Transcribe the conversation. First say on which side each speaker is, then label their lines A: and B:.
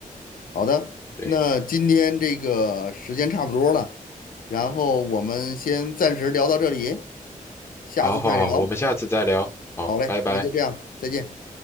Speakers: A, on the left (about 80°); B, on the left (about 20°).
A: 好的，
B: 对。
A: 那今天这个时间差不多了，然后我们先暂时聊到这里，下次再聊。
B: 好好好，我们下次再聊。好，
A: 好嘞，
B: 拜拜。
A: 那就这样，再见。